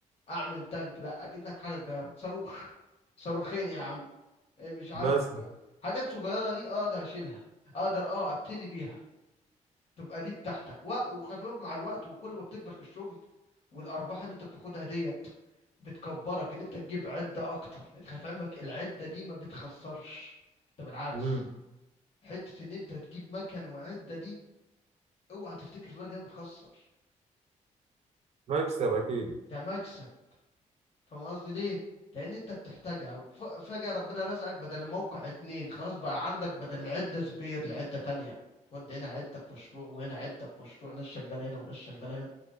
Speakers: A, on the left; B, on the right.
A: اعمل تانك لا اجيب لك حاجه صغيره صاروخ صاروخين يا عم إيه مش عارف
B: مثلا
A: حاجات صغيره دي اقدر اشيلها اقدر اه ابتدي بيها تبقى دي بتاعتك و- وخلي بالك مع الوقت وكل ما بتكبر في الشغل والارباح اللي انت بتاخدها ديت بتكبرك ان انت تجيب عده اكتر انت خلي في علمك العده دي ما بتخسرش انت بالعكس
B: امم
A: حته ان انت تجيب مكن وعده دي اوعى تفتكر في بالك انها بتخسر
B: مكسب اكيد
A: ده مكسب فاهم قصدي ليه لان انت بتحتاجها ف- فجأة ربنا رزقك بدل الموقع اتنين خلاص بقى عندك بدل عدة سبير لعدة تانية تودي هنا عدة في مشروع وهنا عدة في مشروع ناس شغالة هنا وناس شغالة هنا